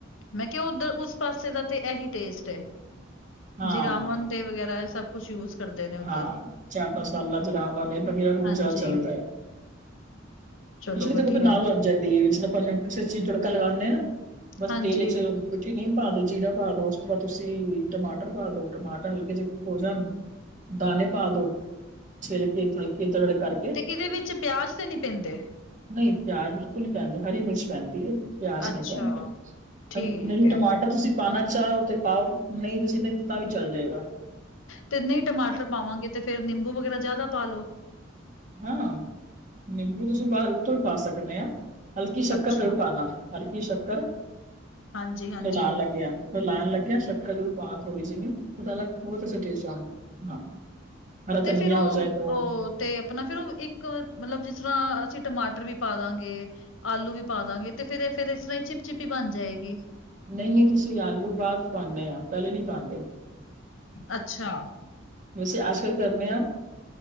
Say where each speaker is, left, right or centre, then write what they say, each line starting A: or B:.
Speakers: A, on the left; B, on the right.
A: ਮੈਂ ਕਿਹਾ ਓਧਰ, ਉਸ ਪਾਸੇ ਦਾ ਤੇ ਐਹੀ ਟੇਸਟ ਏ।
B: ਹਾਂ
A: ਜਿਰਾਮਨ ਤੇ ਵਗੈਰਾ ਸਭ ਕੁਛ ਯੂਜ ਕਰਦੇ ਨੇ ਉੱਧਰ
B: ਹਾਂ, ਚਾਰ-ਪੰਜ ਸਾਲ 'ਚ ਜਰਾਵਾ ਨੇ, ਵਧੀਆ <unintelligible>
A: ਹਾਂਜੀ,
B: ਚੱਲਦਾ ਏ।
A: ਚਲੋ
B: ਖਿਚੜੀ
A: ਵਧੀਆ
B: ਬਸ ਨਾਲ ਬਣ ਜਾਂਦੀ ਏ, ਸਿਰਫ ਆਪਾਂ ਕਿਸੇ ਚੀਜ਼ ਤੜਕਾ ਲਗਾਨੇ ਨਾ ਬਸ
A: ਹਾਂਜੀ
B: ਤੇਲ 'ਚ ਤੇ ਚੀਨੀ ਪਾਦੋ, ਜੀਰਾ ਪਾਦੋ, ਉਸ ਤੋਂ ਬਾਅਦ ਤੁਸੀਂ ਟਮਾਟਰ ਪਾਦੋ, ਟਮਾਟਰ ਹਲਕੇ ਜੇ ਹੋ ਜਾਣ ਦਾਣੇ ਪਾਦੋ, ਛਿਲਕੇ ਹਲਕੇ ਦਰੜ ਕਰ
A: ਤੇ ਇਹਦੇ ਵਿੱਚ ਪਿਆਜ ਤੇ ਨੀ ਪੈਂਦੇ?
B: ਨਹੀਂ, ਪਿਆਜ ਬਿਲਕੁਲ ਨੀ ਪੈਂਦੇ ਹਰੀ ਮਿਰਚ ਪੈਂਦੀ ਏ। ਪਿਆਜ
A: ਅੱਛਾ
B: ਨੀ ਪੈਂਦੇ,
A: ਠੀਕ
B: ਅਨ, ਨਹੀਂ
A: ਐ
B: ਟਮਾਟਰ ਤੁਸੀ ਪਾਨਾ ਚਾਹੋ ਤੇ ਪਾਓ, ਨਹੀਂ ਤੁਸੀਂ ਸਿਧਾ ਈ ਤਾਵੀ ਚੱਲਜੇਗਾ।
A: ਤੇ ਨਹੀਂ ਟਮਾਟਰ ਪਾਵਾਂਗੇ ਤੇ ਫੇਰ ਨਿੰਬੂ ਵਗੈਰਾ ਜ਼ਿਆਦਾ ਪਾਲੋੋ।
B: ਹਾਂ ਨਿੰਬੂ ਤੁਸੀਂ ਬਾਅਦ ਉੱਤੋਂ ਵੀ ਪਾ ਸਕਦੇ ਆ। ਹਲਕੀ ਸ਼ੱਕਰ
A: ਅੱਛਾ।
B: ਜ਼ਰੂਰ ਪਾਣਾ। ਹਲਕੀ ਸ਼ੱਕਰ
A: ਹਾਂਜੀ-ਹਾਂਜੀ।
B: ਤੇ ਲਾ ਲੱਗਿਆ। ਲਾਣ ਲੱਗਿਆ ਸੱਕਰ ਜਰੂ ਪਾਣਾ ਥੋੜੀ ਸੀ ਉਹਦਾ ਅਲਗ ਬਹੁਤ ਅੱਛਾ ਟੇਸਟ ਆ ਹਾਂ ਹਰਾ
A: ਤੇ
B: ਧਨੀਆ
A: ਫਿਰ ਉਹ
B: ਹੋ ਜਾਏ ਤੋ
A: ਓ ਤੇ ਆਪਣਾ ਫੇਰ ਉਹ ਇੱਕ ਮਤਲਬ ਜਿਸ ਤਰ੍ਹਾਂ ਅਸੀਂ ਟਮਾਟਰ ਵੀ ਪਾ ਦਾਗੇ। ਆਲੂ ਵੀ ਪਾ ਦਾਗੇ ਤੇ ਫਿਰ ਫੇਰ ਇਸ ਤਰ੍ਹਾਂ ਹੀ ਚਿਪ ਚਿਪੀ ਬਣ ਜਾਏਗੀ।
B: ਨਹੀਂ - ਨਹੀਂ ਤੁਸੀਂ ਆਲੂ ਬਾਅਦ ਚ ਪਾਂਦੇ ਆ ਪਹਿਲੇ ਨੀ ਪਾਂਦੇ।
A: ਅੱਛਾ
B: ਵੈਸੇ ਅਜ ਕੱਲ ਕਰਨੇ ਆ।